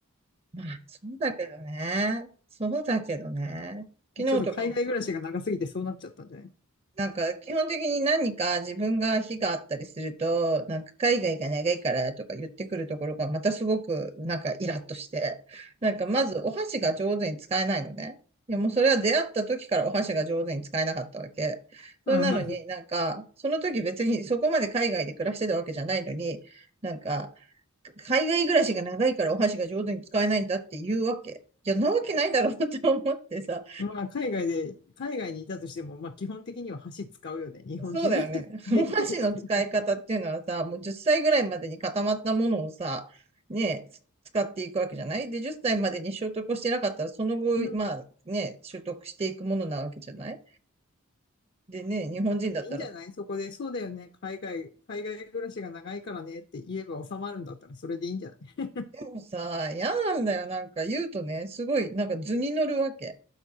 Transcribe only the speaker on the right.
まあ、そうだけどね。そうだけどね。昨日とかも
なんか、基本的に何か自分が非があったりすると、なんか海外が長いからとか言ってくるところがまたすごくなんかイラッとして、なんかまずお箸が上手に使えないのね。いやもうそれは出会った時からお箸が上手に使えなかったわけ。それなのになんか、
その時別にそこまで海外で暮らしてたわけじゃないのに、なんか、海外暮らしが長いからお箸が上手に使えないんだって言うわけ。いや、なわけないだろうと思ってさ。
そうだよね。<laughs> お箸の使い方っていうのはさ、もう10歳ぐらいまでに固まったものをさ、ねえ、つ使っていくわけじゃないで、10歳までに習得をしてなかったら、その後、
まあね、習得していくものなわけじゃないでね、日本人だったら、
でもさ、嫌なんだよ。なんか言うとね、すごい、なんか図に乗るわけ。